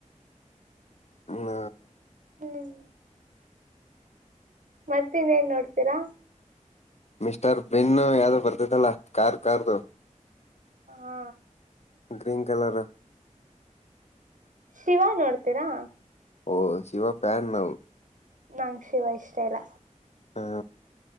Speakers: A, on the left; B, on the right.
A: ಹ್ಮ
B: ಹ್ಮ್ ಮತ್ ಇನ್ನೇನ್ ನೋಡ್ತೀರ?
A: ಮಿಸ್ಟರ್ ಬೆನ್ನು ಯಾವ್ದೋ ಬರ್ತಯ್ತಲ್ಲ ಕಾರ್ ಕಾರ್ದು
B: ಹಾ
A: ಗ್ರೀನ್ ಕಲರ್ರು
B: ಶಿವ ನೋಡ್ತೀರಾ
A: ಓ ಶಿವ ಫ್ಯಾನ್ ನಾವು
B: ನಂಗ್ ಶಿವ ಇಷ್ಟ ಇಲ್ಲ
A: ಹಾ